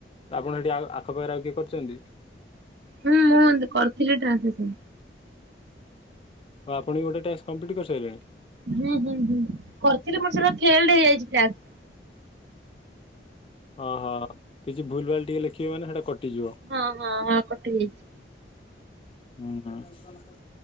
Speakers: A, on the left; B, on the right.
A: ତ ଆପଣ ଏଇଠି ଆଖପାଖରେ ଆଉ କିଏ କରିଛନ୍ତି?
B: ହୁଁ ମୁଁ କରୁଥିଲି ଟ୍ରାନ୍ସଲେଶନ।
A: ଓ ଆପଣ ବି ଗୋଟେ ଟ୍ୟାକ୍ସ କମ୍ପ୍ଲିଟ କରିସାରିଲେଣି?
B: ହୁଁ ହୁଁ ହୁଁ କରିଥିଲି ମୋର ସେଟା ଫେଲେଡ ହେଇଯାଇଛି ଟ୍ୟାକ୍ସ।
A: ଓହୋ କିଛି ଭୁଲ ଭାଲ ଟିକେ ଲେଖିବେ ମାନେ ସେଟା କଟିଯିବ।
B: ହଁ ହଁ ହଁ କଟି ଯାଇଛି
A: ଅହ।